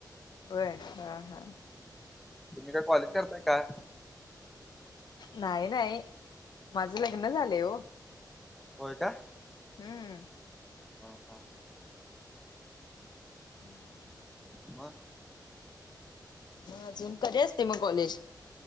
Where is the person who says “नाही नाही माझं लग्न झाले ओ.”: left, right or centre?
Left